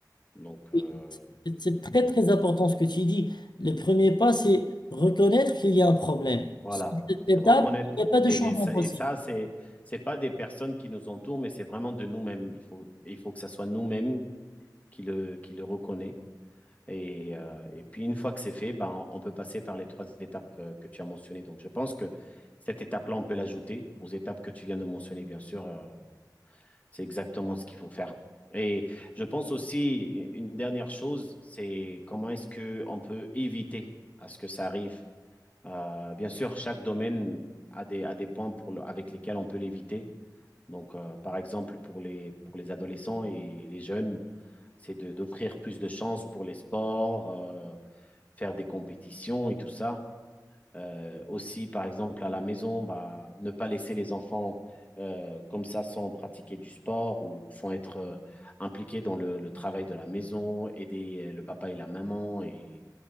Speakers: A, on the left; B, on the left.
A: Donc,
B: Oui,
A: euh,
B: C'est c'est très très important ce que tu dis. Le premier pas, c'est reconnaître qu'il y a un problème.
A: Voilà,
B: cette
A: c'est
B: étape,
A: reconnaître.
B: il n'y a pas de
A: Et
B: changement
A: ça,
B: possible.
A: et ça c'est, c'est pas des personnes qui nous entourent, mais c'est vraiment de nous-mêmes. Il faut, il faut que ça soit nous-mêmes qui le, qui le reconnaît. Et, euh, et puis, une fois que c'est fait, ben, on peut passer par les trois étapes euh, que tu as mentionnées. Donc, je pense que cette étape-là, on peut l'ajouter aux étapes que tu viens de mentionner, bien sûr. euh, c'est exactement ce qu'il faut faire. Et je pense aussi, une dernière chose, c'est comment est-ce qu'on peut éviter à ce que ça arrive euh, bien sûr, chaque domaine a des, a des points pour le- avec lesquels on peut l'éviter. Donc, euh, par exemple, pour les, pour les adolescents et les jeunes, c'est de, d'offrir plus de chances pour les sports, euh, faire des compétitions et tout ça. Euh, aussi, par exemple, à la maison, bah, ne pas laisser les enfants euh, comme ça sans pratiquer du sport ou sans être euh, impliqués dans le, le travail de la maison, aider euh, le papa et la maman. Et